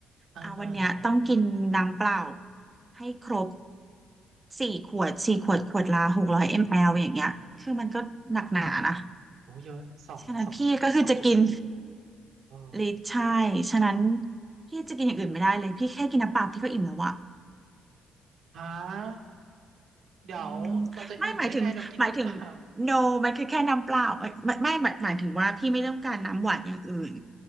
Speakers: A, on the right; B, on the right.
A: เออเออยังไง
B: อ่าวันเนี้ยต้องกินน้ำเปล่าให้ครบ สี่ขวดสี่ขวดขวดละหกร้อยมลอย่างเงี้ยคือมันก็หนักหนานะ
A: โอ้เยอะสองสองจุดสองจุดสี่
B: ฉะนั้นพี่ก็คือจะกิน
A: เออ
B: ลิตรใช่ฉะนั้นพี่จะกินอย่างอื่นไม่ได้เลยพี่แค่กินน้ำเปล่าพี่ก็อิ่มแล้วอะ
A: ฮะเดี๋ยวเราจะอิ่มได้ไงเรากินน้ำเปล่า
B: อืมไม่หมายถึงหมายถึง no มันคือแค่น้ำเปล่าเอ้ยไม่ไม่หมายหมายถึงว่าพี่ไม่ต้องการน้ำหวานอย่างอื่น